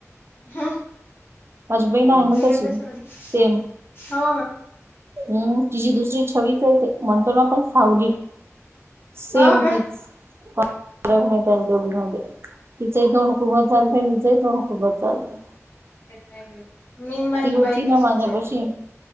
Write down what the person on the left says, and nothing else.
हा
मगा
पेक्षा रडली
हो
हो का
नाही बाय मीन माझी
बाय
तशीच
आहे